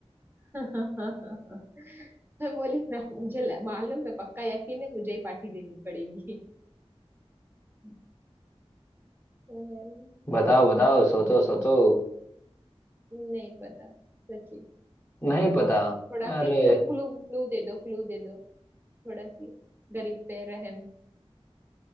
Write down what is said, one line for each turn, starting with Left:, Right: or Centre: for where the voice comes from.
Right: <laughs> मैं बोली ना मुझे ल- मालूम है पक्का यकीन है मुझे ही पार्टी देनी पड़ेगी <laughs> पहन के
Left: बताओ बताओ सोचो सोचो
Right: नहीं पता सच्ची
Left: नहीं पता
Right: थोड़ा
Left: अरे
Right: सी क्लू क्लू क्लू दे दो क्लू दे दो थोड़ा सी गरीब पे रहम